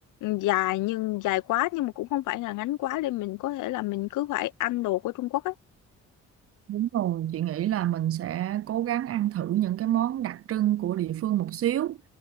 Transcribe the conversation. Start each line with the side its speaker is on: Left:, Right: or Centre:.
Left: dài nhưng dài quá nhưng mà cũng không phải là ngắn quá nên mình có thể là mình cứ phải ăn đồ của Trung Quốc á
Right: Đúng rồi, chị nghĩ là mình sẽ cố gắng ăn thử những cái món đặc trưng của địa phương một xíu.